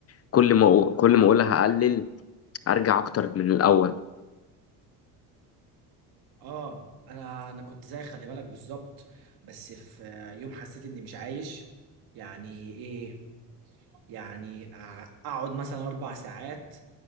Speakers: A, on the left; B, on the right.
A: كل ما كل ما أقولها أقلل أرجع أكتر من الأول
B: اه انا انا كنت زي خلي بالك بالظبط بس في آه، يوم حسيت اني مش عايش يعني ايه يعني أع- اقعد مثلا اربع ساعات